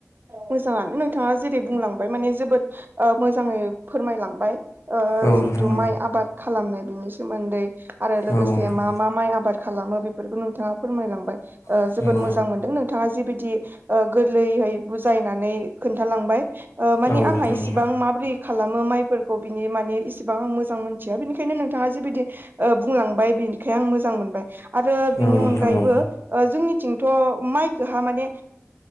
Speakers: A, on the right (about 40°); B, on the left (about 70°).
A: मोजाङानो नोंथाङा जेरै बुंलांबाय माने जोबोद ओ मोजाङै फोरमायलांबाय ओ
B: औ नोंथां
A: जिथु माइ आबाद खालामनाय बिनि सोमोन्दै आरो लोगोसे
B: औ नोंथां
A: मा मा माइ आबाद खालामो बेफोरखौ नोंथाङा फोरमायलांबाय ओ
B: औ
A: जोबोद मोजां मोनदों नों थाङा जिबायदि ओ गोरलैहै बुजायनानै खोन्थालांबाय ओ मानि
B: औ नोंथां
A: आंहा इसिबां
B: औ
A: माब्रै खालामो माइफोरखौ बिनि माने इसेबां आं मोजां मोनथिया बिनिखायनो नोंथाङा जिबायदि ओ बुंलांबाय बिनिखाय आं मोजां मोनबाय आरो
B: औ
A: बिनि
B: नोंथां
A: अनगायैबो
B: औ
A: ओ जोंनिथिंथ' माइ <unintelligible> माने